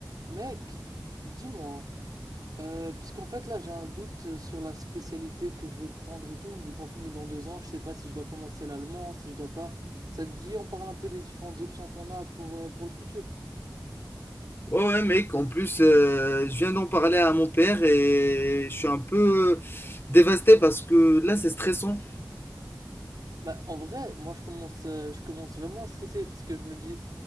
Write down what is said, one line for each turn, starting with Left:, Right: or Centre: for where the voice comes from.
Right: Mec, dis-moi, euh, parce qu'en fait là j'ai un doute sur la spécialité que je veux prendre et tout, vu qu'on finit dans deux ans, je sais pas si je dois commencer l'allemand, si je dois pas. Ça te dit, on parle un peu des différentes options qu'on a pour, euh, pour le futur.
Left: Ouais, ouais, mec, en plus, euh, je viens d'en parler à mon père et je suis un peu dévasté parce que là, c'est stressant.
Right: Bah en vrai, moi je commence, euh, je commence vraiment à stresser parce que je me dis,